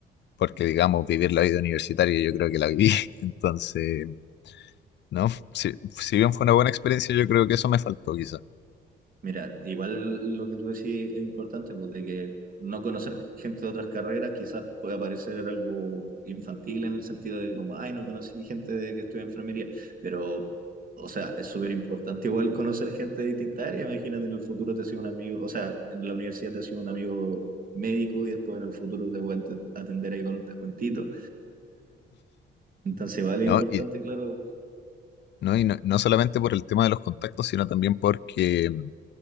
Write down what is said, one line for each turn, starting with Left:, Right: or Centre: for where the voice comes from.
Left: porque digamos, vivir la vida universitaria yo creo que la viví, <laughs> entonces, ¿no? Si, si bien fue una buena experiencia, yo creo que eso me faltó quizás,
Right: Mira, igual lo que tú decís es importante, pues de que no conocer gente de otras carreras quizás pueda parecer algo infantil en el sentido de como, ay, no conocí gente de- que estudia enfermería, pero, o sea, es súper importante igual conocer gente de distintas áreas. Imagínate, en el futuro te ha sido un amigo, o sea, en la universidad te ha sido un amigo médico y después en el futuro te pueden te- atender ahí con un descuentito. Entonces, vale, es
Left: ¿no?
Right: importante,
Left: Y,
Right: claro.
Left: ¿no? Y no, no solamente por el tema de los contactos, sino también porque mm,